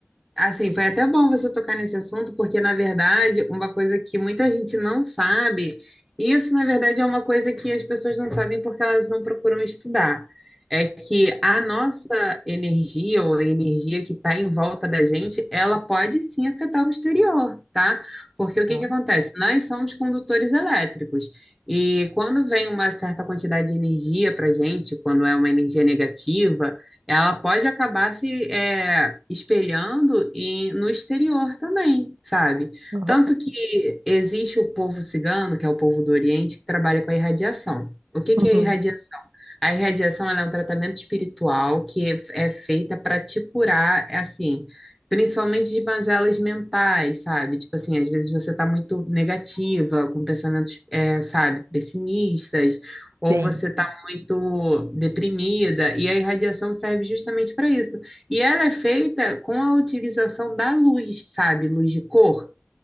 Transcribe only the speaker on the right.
Ah,
aham,
uhum,
sim.